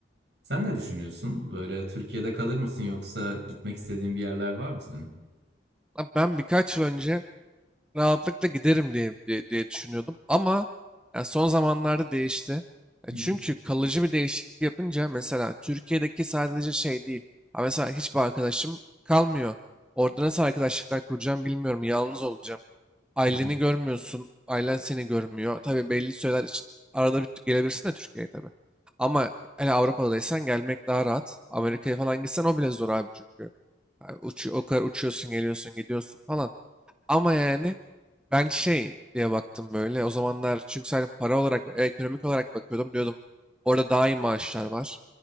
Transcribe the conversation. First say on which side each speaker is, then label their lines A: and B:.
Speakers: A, on the right; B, in the centre.
A: Sen ne düşünüyorsun? Böyle Türkiye'de kalır mısın yoksa gitmek istediğin bir yerler var mı senin?
B: Lan Ben birkaç yıl önce rahatlıkla giderim diye, diye, diye düşünüyordum ama yani son zamanlarda değişti. E
A: Hı
B: Çünkü kalıcı bir değişiklik yapınca mesela Türkiye'deki sadece şey değil. Ha mesela hiçbir arkadaşım kalmıyor. Orada nasıl arkadaşlıklar kuracağım bilmiyorum. Yalnız olacağım. Aileni
A: hı.
B: görmüyorsun. Ailen seni görmüyor. Tabii belli süreler için arada bir gelebilirsin de Türkiye'ye tabii. Ama hele Avrupa'daysan gelmek daha rahat. Amerika'ya falan gitsen o bile zor abi çünkü. Yani uç, o kadar uçuyorsun, geliyorsun, gidiyorsun falan. Ama yani ben şey diye baktım böyle. O zamanlar çünkü sadece para olarak, e, ekonomik olarak bakıyordum. Diyordum orada daha iyi maaşlar var.